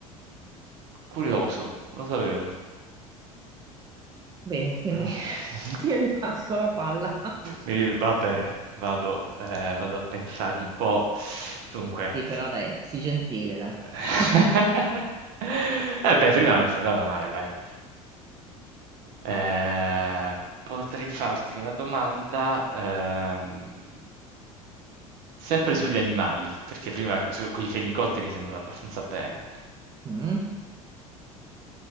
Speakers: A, on the right; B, on the right.
A: Curioso, non lo sapevo.
B: Bene, quindi
A: <laughs>
B: <laughs> ti ripasso la palla.
A: Mi- Va bene, vado, eh, vado a pensare un po'. Dunque,
B: Sì, però dai, sii gentile, dai.
A: <laughs>
B: <laughs>
A: eh beh, prima non sei andata male, dai. Eh, potrei farti una domanda, ehm, sempre sugli animali, perché prima su, con i fenicotteri sei andata abbastanza bene.
B: Mm.